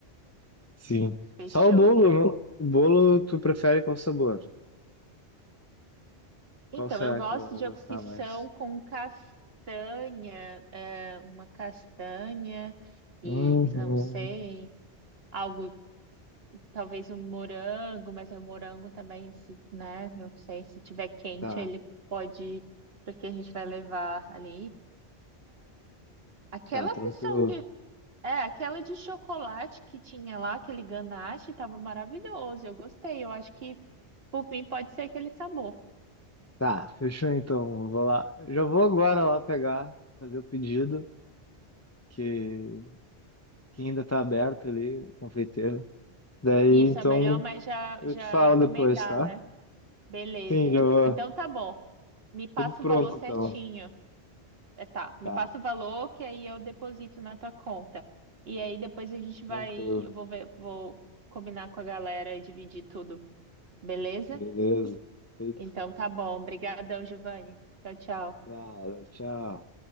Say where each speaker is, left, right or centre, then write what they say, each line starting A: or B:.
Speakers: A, on the left (about 20°); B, on the right (about 60°).
A: Sim.
B: Fechou.
A: Só o bolo, não? O bolo tu prefere qual sabor?
B: Então,
A: Qual será
B: eu gosto
A: que ela vai
B: de
A: gostar
B: opção
A: mais?
B: com castanha, eh, uma castanha e
A: Uhum.
B: não sei, algo, talvez um morango, mas o morango também, se, né? Não sei, se tiver quente,
A: Tá,
B: ele pode, porque a gente vai levar ali. Aquela
A: tá, tranquilo.
B: opção que, é, aquela de chocolate que tinha lá, aquele ganache, estava maravilhoso. Eu gostei. Eu acho que, por mim, pode ser aquele sabor.
A: Tá, fechou então. Vou lá. Já vou agora lá pegar, fazer o pedido, que, que ainda tá aberto ali, a confeiteira. Daí, então,
B: Isso, é melhor, mas já,
A: eu
B: já
A: te falo
B: encomendar,
A: depois, tá?
B: né? Beleza.
A: Sim, já vou.
B: Então tá bom. Me passa
A: Tudo pronto
B: o valor certinho.
A: então.
B: É, tá. Me
A: Tá,
B: passa o valor que aí eu deposito na tua conta. E aí depois a gente vai.
A: tranquilo.
B: Eu vou ver, vou combinar com a galera e dividir tudo. Beleza?
A: Beleza. Feito.
B: Então tá bom. Obrigadão, Giovanni. Tchau, tchau.
A: Nada, tchau.